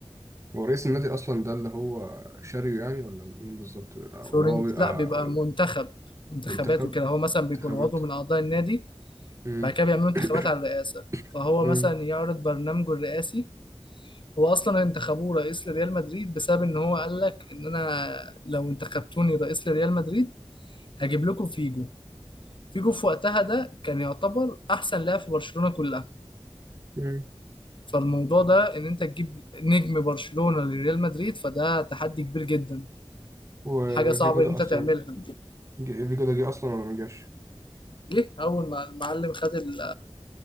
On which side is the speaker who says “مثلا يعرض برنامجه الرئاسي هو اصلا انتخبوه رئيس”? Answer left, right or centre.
Left